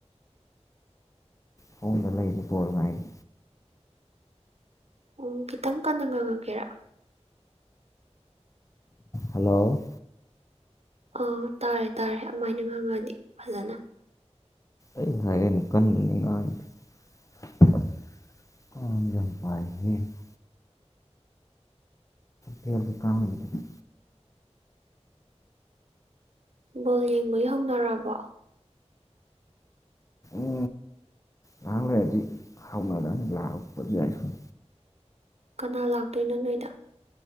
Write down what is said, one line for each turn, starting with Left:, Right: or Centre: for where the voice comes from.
Left: ꯈꯣꯡꯗ ꯂꯩꯔꯤ ꯣꯔ ꯉꯥꯏꯔꯤ
Right: ꯑꯣ ꯈꯤꯇꯪ ꯀꯟꯅ ꯉꯥꯡꯉꯒꯦꯔꯥ
Left: ꯍꯜꯂꯣ
Right: ꯑ ꯇꯥꯔꯦ ꯇꯥꯔꯦ ꯑꯗꯨꯃꯥꯏꯅ ꯉꯥꯡꯉꯗꯤ ꯐꯖꯅ
Left: ꯑꯩ ꯍꯥꯏꯔꯦꯅ ꯀꯟꯅ ꯅꯤꯡꯉꯥꯟꯦ ꯆꯝꯄ ꯍꯔꯕ ꯀꯥ ꯑꯣꯏꯗꯅꯤ
Right: ꯕꯣꯜ ꯌꯦꯡꯕꯒꯤ ꯍꯧꯅꯔꯕꯣ
Left: ꯎ ꯂꯍꯥꯡ ꯂꯥꯏꯗꯤ ꯍꯥꯎꯅꯥꯔꯅꯤ ꯂꯍꯄ ꯌꯥꯏ ꯁꯨꯝ
Right: ꯀꯅꯥ ꯂꯥꯛꯇꯣꯏꯅꯣ ꯅꯣꯏꯗ